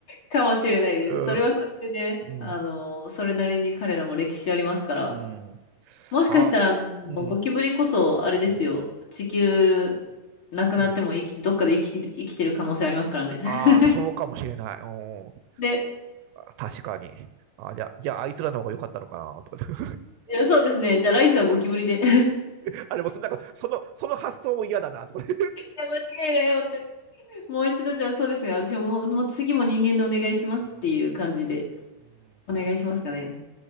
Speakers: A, on the left; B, on the right.
A: かもしれないです。
B: うん。
A: それはそれでね、
B: うん。
A: あの、それなりに彼らも歴史ありますから。
B: うん。
A: もしかしたら、
B: あ、
A: あの、
B: うん。
A: ゴキブリこそ、あれですよ、
B: うん。
A: 地球、なくなっても生き、
B: うん
A: どっかで生きて、生きてる可能性ありますからね。<laughs>
B: ああ、そうかもしれない。うん。
A: で、
B: 確かに。あ、じゃあ、じゃあ、あいつらの方が良かったのかな、とか、ね。
A: いや、そうですね。じゃあ来世はゴキブリで。<laughs>
B: <laughs> あれもそ、なんか、その、その発想も嫌だな、とか、ね。
A: や、間違いないよって。もう一度、じゃあそうですね。私も、もうもう次も人間でお願いしますっていう感じで、
B: うんうん確か
A: お願いしますかね。